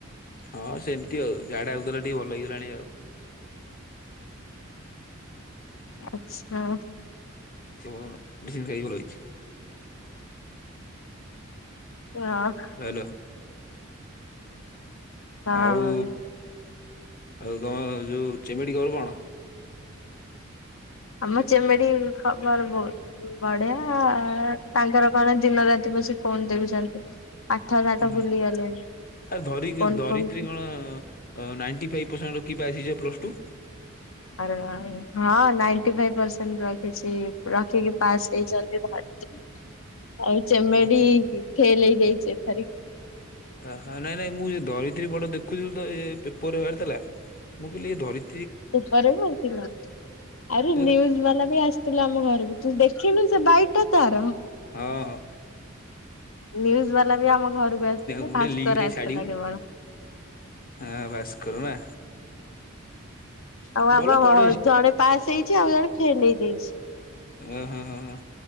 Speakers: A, on the left (about 45°); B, on the left (about 75°).
A: ହଁ ସେମିତି ଆଉ ଝାଡା ହଉଥିଲା ଟିକେ ଭଲ ହେଇଗଲାଣି ଆଉ।
B: ଆଚ୍ଛା।
A: କୁହ ମେଡିସିନ ଖାଈକି ଭଲ ହେଇଚି।
B: ଇ ହଁ।
A: ହ୍ୟାଲୋ
B: ହଁ।
A: ଆଉ ଆଉ ତମର ଯୋଉ ଚିମିଡି ଖବର କଣ?
B: ଆମ ଚେମେଡି ଖବର ବହୁତ ବଢିଆ ତାଙ୍କର କଣ ଦିନ ରାତି ବସି ଫୋନ ଦେଖୁଛନ୍ତି। ପାଠ ସାଠ
A: ଓହୋ
B: ଭୁଲି ଗଲେଣି
A: ଆରେ ଧରି
B: ଫୋନ
A: ଧରିତ୍ରୀ
B: ଫୋନ
A: କଣ? ଅ ନାଇଣ୍ଟି ଫାଇଭ୍ ପରସେଣ୍ଟ ରଖିକି ପାସ୍ ହେଇଚି ପା ପ୍ଲସ ଟୁ।
B: ଆରେ ହଁ ନାଇଣ୍ଟି ଫାଇଭ୍ ପରସେଣ୍ଟ ରଖିଚି ରଖିକି ପାସ୍ ହେଇଚନ୍ତି ଭାଆରିଚି। ଆଉ ଚେମେଡି
A: ଓହୋ
B: ଫେଲେ ହେଇଯାଇଚି ଏଥର ବି।
A: ଆ ହା ନାଇଁ ନାଇଁ ମୁଁ ଏ ଧରିତ୍ରି ପଟ ଦେଖୁଥିଲି ତ ଏ ପେପରରେ ବାହାରିଥିଲା ମୁଁ କହିଲି ଏ ଧରି
B: ପେପର୍ ରେ ବାହାରିଥିଲା, ଆରେ
A: ବୋଧେ
B: ନିୟୁଜ୍ ବାଲା ବି ଆସ୍। ଥିଲେ ଆମ ଘରକୁ ତୁ ଦେଖିନୁ ସେ ବାଇଟ୍ ଟା ତାର।
A: ହଁ ହଁ
B: ନ୍ୟୁଜ୍ ବାଲା ବି ଆମ ଘରକୁ ଆସିଥିଲା।
A: ମୁଁ
B: ଭାସ୍କର
A: ଲିଙ୍କ ଟିକେ
B: ଆସିଥିଲା
A: ଛାଡିବୁ
B: କେବଳ।
A: ହଁ ଭାସ୍କର ନା
B: ଆଉ
A: ଭଲ
B: ଆମ
A: ପଢେ
B: ଜଣେ ପାସ୍ ହେଇଚି ଆଉ ଜଣେ ଫେଲ ହେଇ ଯାଇଚି।
A: ଓ ହୋ ହ ହ।